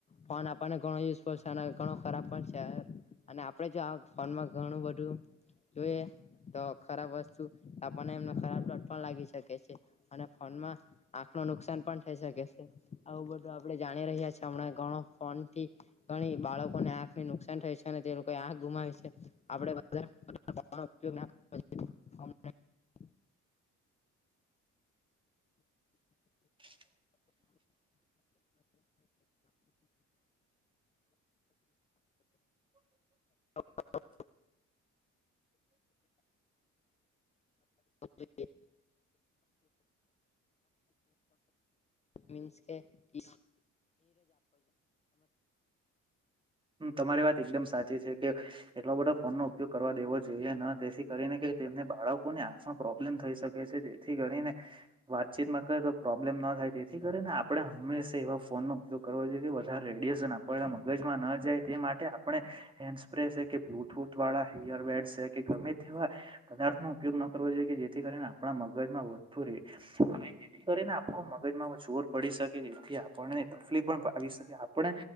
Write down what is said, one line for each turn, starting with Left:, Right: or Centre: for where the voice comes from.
Left: ફોન આપણને ઘણો યુઝફુલ છે, અને ઘણો ખરાબ પણ છ છે અને આપણેે જો આવ ફોનમાં ઘણું બધું જોઈએ તો ખરાબ વસ્તુ આપણને એમનો ખરાબ લત પણ લાગી શકે છે. અને ફોનમાં આખ માં નુકસાન પણ થઈ શકે છે. આવું બધું આપણે જાણી રહ્યા છે, હમણાં ઘણો ફોનથી ઘણી બાળકોને આંખ ની નુકસાન થાય છે અને તે લોકો આંખ ગુમાવી છે. આપણે વધારે પડતા ફોન નો ઉપયોગ ના કરવો જોઈએ. <unintelligible>
Right: <inaudible> <inaudible> <inaudible>
Left: <inaudible>
Right: <inaudible> <inaudible>
Left: જોઈએ મીન્સ કે <inaudible>
Right: હમ્મ તમારી વાત એકદમ સાચી છે કે એટલો બધો ફોન નો ઉપયોગ કરવા દેવો જોઈએ ન તેથી કરીને કે તેમને બાળકોને આંખમાં પ્રો પ્રાબ્લેમ થઈ શકે છે જેથી કરીને વાતચીતમાં કરે તો પ્રોબ્લેમ ન થાય તેથી કરીને આપણે હંમેશા એવા ફોનનો ઉપયોગ કરવો જોઈએ કે વધારે રેડિએશન આપણના મગજમાં ન જાય તે માટે આપણે હેન્ડ સ્પ્રે સે, કે બ્લુટૂથ વાળા હિયરબેડ સે, કે ગમે તેવા પદાર્થ નો ઉપયોગ ન કરવો જોઈએ કે જેથી કરીને આપણા મગજમાં વધતું રેય. અને જેથી કરીને આપણું મગ ગજ માં એવો જોર પડી શકે જેથી આપણને તફલી પણ આવી શકે. આપણે